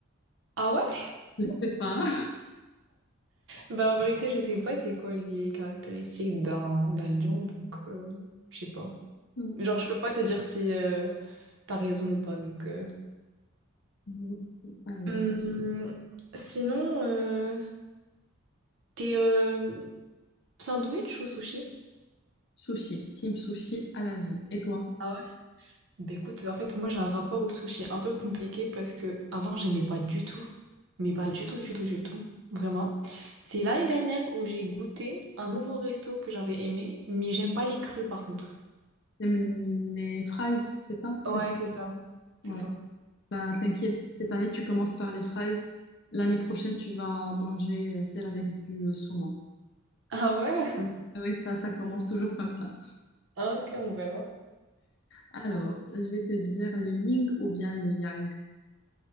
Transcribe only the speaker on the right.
Ah ouais?
Bah en vérité, je sais pas c'est quoi les caractéristiques d'un d'un lion, donc euh, je sais pas.
Genre, je peux pas te dire si euh, t'as raison ou pas, donc... euh.
Hum, sinon, euh, t'es... euh, Sandwich ou sushi?
Ah ouais? Bah écoute, en fait, moi j'ai un rapport au sushi un peu compliqué parce que avant j'aimais pas du tout, mais pas du tout, du tout, du tout, vraiment. C'est l'année dernière où j'ai goûté un nouveau resto que j'avais aimé, mais j'aime pas les crus par contre.
Ouais,
c'est ça.
C'est ça.
Ah ouais?
Ah, Ok, on verra.